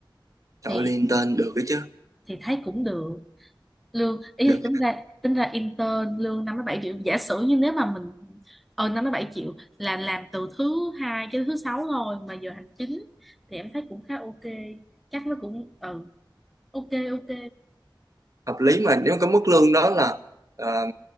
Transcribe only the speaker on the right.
Trời
ơi, intern được cái chứ.
được.
hợp lý mà nếu cái mức lương đó là ờ,